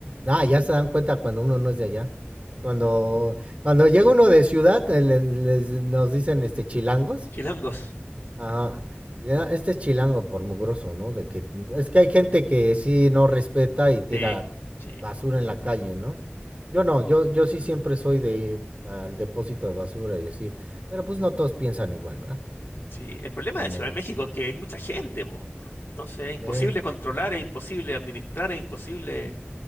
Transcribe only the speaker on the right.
Ah, ya se dan cuenta cuando uno no es de allá. Cuando, cuando llega uno de ciudad, eh, le- les- nos dicen este chilangos.
Ajá. Y era Este es chilango por mugroso, ¿no? De que mm, es que hay gente que sí no respeta y tira
basura en la calle, ¿no? Yo no, yo, yo sí siempre soy de al depósito de basura y así. Pero pues no todos piensan igual, ¿verdad?
No
mames.
Eh,